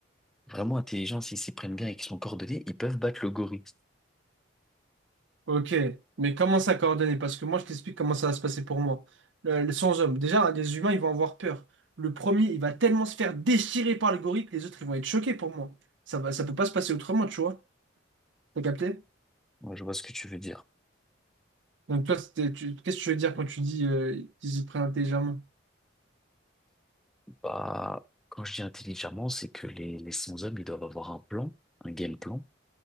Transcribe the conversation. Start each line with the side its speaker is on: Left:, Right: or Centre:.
Centre: vraiment intelligents, s'ils s'y prennent bien et qu'ils sont coordonnés, ils peuvent battre le gorille.
Right: Ok, mais comment ça coordonner? Parce que moi, je t'explique comment ça va se passer pour moi. Le- le 100 hommes. Déjà, hein, les humains, ils vont avoir peur. Le premier, il va tellement se faire déchirer par le gorille que les autres, ils vont être choqués pour moi. Ça va, ça peut pas se passer autrement, tu vois. T'as capté?
Centre: Moi, je vois ce que tu veux dire.
Right: Donc toi, c'était, tu- qu'est-ce que tu veux dire quand tu dis euh, qu'ils s'y prennent intelligemment?
Centre: Bah, quand je dis intelligemment, c'est que les, les 100 hommes, ils doivent avoir un plan, un game plan,